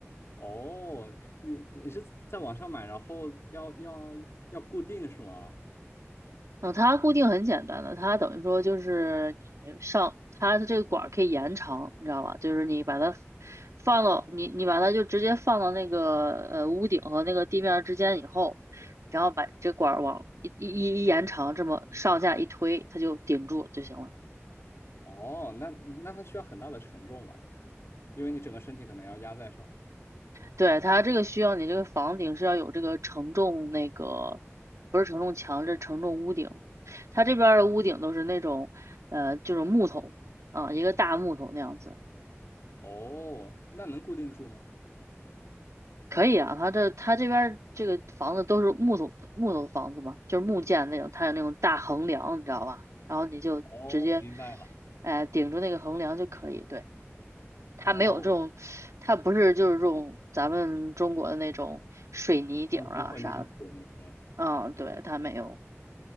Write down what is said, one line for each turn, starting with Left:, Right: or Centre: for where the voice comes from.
Left: 哦，你你是在网上买，然后要要要固定是吗？
Right: 嗯，它固定很简单的，它等于说就是你上它的这个管儿可以延长，你知道吧？就是你把它放到你你把它就直接放到那个呃屋顶和那个地面儿之间以后，然后把这管儿往一一一一延长，这么上下一推，它就顶住就行了。
Left: 哦，那那它需要很大的承重吧，因为你整个身体可能要压在上面。
Right: 对，它这个需要你这个房顶是要有这个承重那个不是承重墙，这是承重屋顶。它这边儿的屋顶都是那种呃就是木头啊，
Left: 嗯
Right: 一个大木头那样子。
Left: 哦，那能固定住吗？
Right: 可以啊，他这他这边儿这个房子都是木头木头的房子嘛，就是木建那种，它有那种大横梁，你知道吧？然后你就直接，
Left: 哦，明白了。
Right: 呃，顶住那个横梁就可以。对，
Left: 哦，
Right: 它没有这种，它不是就是这种咱们中国的那种水泥顶儿啊啥的。
Left: 钢筋混凝土的那种。
Right: 嗯，对，它没有。